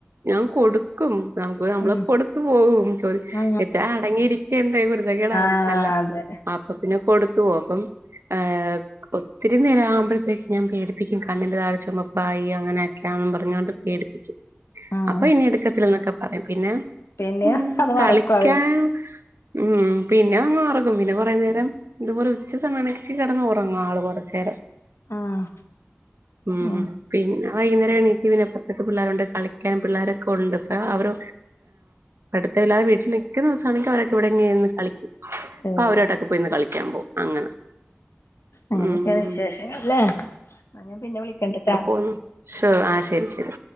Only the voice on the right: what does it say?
ഞാൻ കൊടുക്കും നമുക്ക് നമ്മള്
കൊടുത്തു പോവും ചോദ്
ച്ചാ അടങ്ങിയിരിക്കണ്ടേ കുരുത്തക്കേടാവും
നല്ല
അപ്പ പിന്നെ കൊടുത്തു പോകും അപ്പം ആ ഒ ത്തിരി നേരം ആവുമ്പഴത്തേക്ക് ഞാൻ പേടിപ്പിക്കും കണ്ണിന്റെ താഴെ ചൊമപ്പായി അ അങ്ങനെയൊക്കെയാണെന്ന് പറഞ്ഞോണ്ട് പേടിപ്പിക്കും
അപ്പൊ ഇനി എടുക്കത്തില്ലന്നൊക്കെ പ പിന്നെ
മ്
കളിക്കൻ
മ് പിന്നെ ഇങ്ങ് വ <unintelligible> പിന്നെ കൊറേ നേരം ഇതുപോലെ ഉച്ച സമയാണെങ്കി കെടന്ന് ഒറങ്ങും ആൾ കുറച്ച് നേരം
മ്
പിന്നെ വൈകുന്നേ പിന്നെ എണീറ്റ് പിന്നപ്പുറത്തൊക്കെ പിള്ളേരുണ്ട് കളിക്കാനും പിള്ളാരൊക്കെ ഒണ്ട് ഇപ്പ അവര് പടുത്തമില്ലാതെ വീട്ടില് നിൽക്കുന്ന ദിവസം ആണെങ്കിൽ അവരൊക്കെ ഇവിടെങ്ങെനെന്ന് കളിക്കും
ക്കാ അവരായിട്ടൊക്കെ പോയിന്ന് കളിക്കാൻ പോ അങ്ങനെ
മ്
പോന്നു ശോ ആഹ് ശരി ശരി